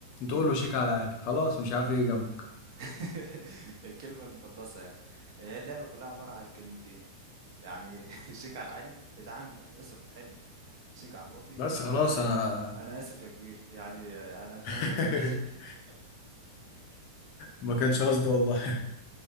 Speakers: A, on the left; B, on the right.
A: تقول له شيك على عالي خلاص مش عارف ايه جنبه
B: <laughs> الكلمة المقدسة يعني هي اللعبة كلها عبارة عن كلمتين يعني <laughs> شيك على العالي اتعامل بقى اصرف حل شيك على الواطي
A: بس
B: انا
A: خلاص انا
B: انا اسف يا كبير يعني انا اتمنى
A: <laughs>
B: تسامحني <laughs>
A: ما كانش قصدي والله